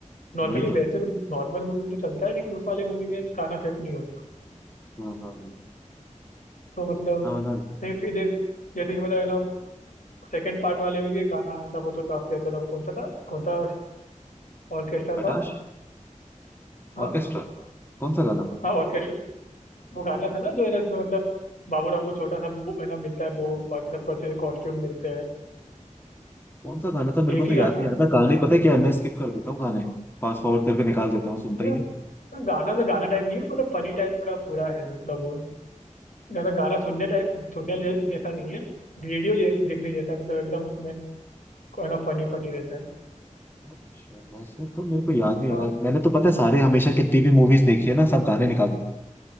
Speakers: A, on the left (about 75°); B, on the left (about 15°).
A: नॉर्मली
B: वही तो
A: वैसे तो नॉर्मल मूवी में तो चलता है लेकिन उस वाले मूवी में गाना सेट नहीं होता
B: हाँ हाँ हाँ।
A: तो मतलब
B: गाना वाना
A: नहीं फिर एक- जैसे कि मतलब है ना सेकंड पार्ट वाले में भी एक गाना आया था वो तो काफी अच्छा था वो कौन सा था कौन सा ऑर्केस्ट्रा
B: खटाश
A: था हाँ
B: ऑर्केस्ट्रा कौन सा गाना
A: हाँ ऑर्केस्ट्रा वो गाना था ना जो है ना इसमें मतलब बाबू राव को छोटा सा वो है ना मिलता है वो बाकी सबको अच्छे कॉस्ट्यूम मिलते हैं
B: कौन सा गाना था मेरे
A: एक
B: को तो
A: ही
B: याद
A: गाना
B: नहीं
A: है उसमें
B: आ रहा था गाने पता है क्या है? मैं स्किप कर देता हूँ गाने फास्ट फॉरवर्ड करके निकाल देता हूँ सुनता
A: यार,
B: ही नहीं
A: मतलब गाना तो गाना टाइप नहीं है मतलब फनी टाइप का पूरा है मतलब वो गाना गाना सुनने टाइप सुनने ले- जैसा नहीं है वीडियो जे- देखने जैसा है मतलब एकदम उसमें कोई ना फनी फनी रहता है
B: अच्छा वैसे तो मेरे को याद नहीं
A: हाँ
B: आ रहा मैंने तो पता है सारे हमेशा कितनी भी मूवीज देखी है ना सब गाने निकाल देता हूँ